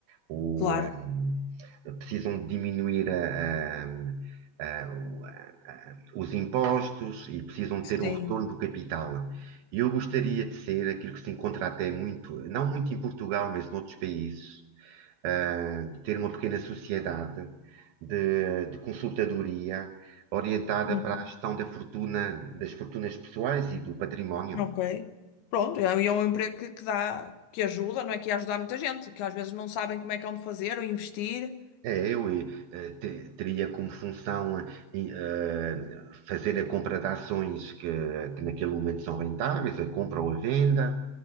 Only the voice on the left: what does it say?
Claro,
sim.
Uhum.
Ok. Pronto, é, e é um emprego que, que dá, que ajuda, não é que ia ajudar muita gente, que às vezes não sabem como é que é onde fazer ou investir.